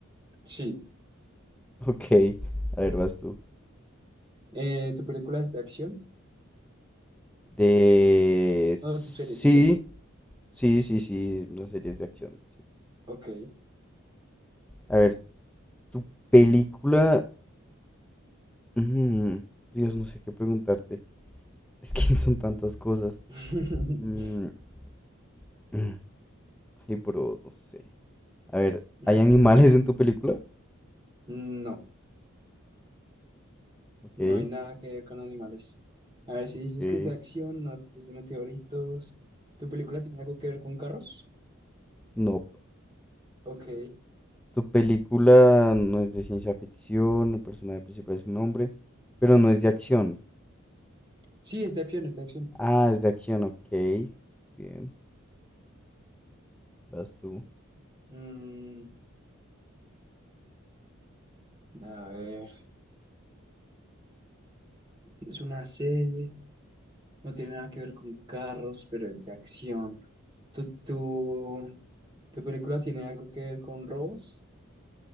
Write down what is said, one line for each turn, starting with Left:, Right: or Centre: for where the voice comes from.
Right: sí.
Centre: <laughs> Ok. A ver, vas tú.
Right: Eh, ¿tu película es de acción?
Centre: De... Sí,
Right: Oh, tu serie, tu serie.
Centre: sí, sí, sí. Las series de acción. sí.
Right: Ok.
Centre: A ver, tu película... mm, Dios, no sé qué preguntarte. Es que <laughs> son tantas cosas.
Right: <laughs>
Centre: Mm, <clears throat> mm, ay, bro, no sé. A ver,
Right: Mm,
Centre: ¿hay animales en tu película?
Right: No,
Centre: Ok,
Right: no hay nada que ver con animales. A ver, si
Centre: ok.
Right: dices que es de acción, no es de meteoritos. ¿Tu película tiene algo que ver con carros?
Centre: No.
Right: Ok.
Centre: Tu película no es de ciencia ficción, el personaje principal es un hombre, pero no es de acción.
Right: Sí, es de acción, es de acción.
Centre: Ah, es de acción, ok. Bien, vas tú.
Right: Mm, a ver, es una serie, no tiene nada que ver con carros, pero es de acción. ¿Tu, tu, tu película tiene algo que ver con robos?